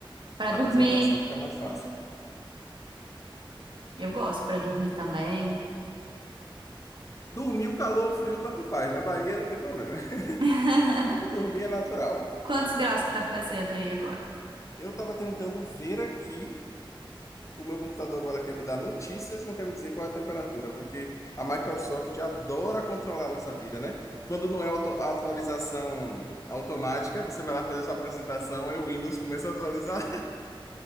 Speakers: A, on the right (about 60°); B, on the left (about 35°).
A: Para
B: A
A: dormir,
B: concentração fica mais fácil.
A: eu gosto para dormir também.
B: Dormir, o calor, o frio, tanto faz. Na Bahia não tem problema.
A: <laughs>
B: Então, dormir é natural.
A: Quantos graus que tá fazendo aí agora?
B: Eu estava tentando ver aqui O meu computador agora quer me dar notícias, não quer me dizer qual é a temperatura, porque a Microsoft adora controlar a nossa vida, né? Quando não é auto atualização automática, você vai lá fazer sua apresentação, aí o Windows começa a atualizar